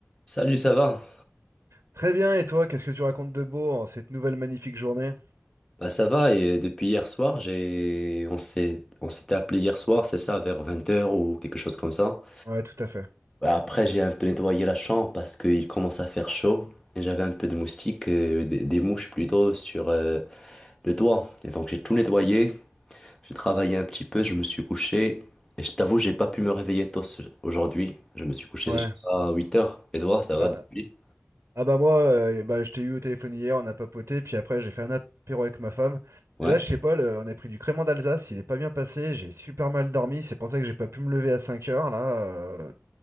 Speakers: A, on the left; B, on the right.
A: Salut, ça va?
B: Très bien, et toi, qu'est-ce que tu racontes de beau en cette nouvelle magnifique journée?
A: Bah ça va et depuis hier soir, j'ai on s'est on s'était appelé hier soir, c'est ça, vers 20h ou quelque chose comme ça.
B: Ouais, tout à fait.
A: Bah, Après, j'ai un peu nettoyé la chambre parce qu'il commence à faire chaud et j'avais un peu de moustiques, euh, des, des mouches plutôt sur euh, le toit. Et donc j'ai tout nettoyé, j'ai travaillé un petit peu, je me suis couché et je t'avoue, j'ai pas pu me réveiller tôt ce- aujourd'hui. Je me suis couché
B: Ouais.
A: juste à 8h. Et toi, ça va
B: Ah,
A: depuis?
B: ah bah moi, euh, bah, je t'ai eu au téléphone hier, on a papoté, puis après j'ai fait un apéro avec ma femme.
A: Ouais.
B: Mais là, je sais pas, le- on a pris du crément d'Alsace, il est pas bien passé, j'ai super mal dormi, c'est pour ça que j'ai pas pu me lever à 5 heures là euh,